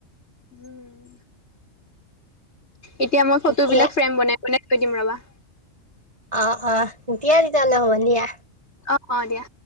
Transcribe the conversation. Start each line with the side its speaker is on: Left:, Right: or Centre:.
Left: উম, এতিয়া মই ফটো
Right: দিয়া
Left: বিলাক ফ্ৰেম বনাই উলাই থৈ দিম ৰবা।
Right: অহ - অহ দিয়া তেতিয়াহলে হ'ব দিয়া।
Left: অহ - অহ দিয়া।